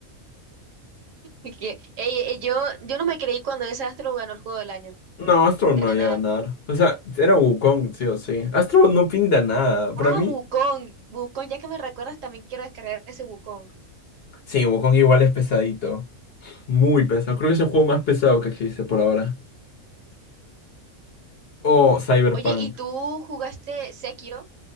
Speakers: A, on the right (about 70°); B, on the left (about 50°).
A: <laughs> Que- Ey, ey, yo, yo no me creí cuando ese astro ganó el juego del año.
B: No, Astrobot
A: De
B: no
A: la
B: iba a ganar. O sea, era Wukong, sí o sí. Astrobot no pinta nada. Para
A: Ah,
B: mí,
A: Wukong. Wukong, ya que me recuerdas, también quiero descargar ese Wukong.
B: sí, Wukong igual es pesadito. Muy pesado. Creo que es el juego más pesado que existe por ahora. Oh, Cyberpunk.
A: Oye, ¿y tú jugaste Sekiro?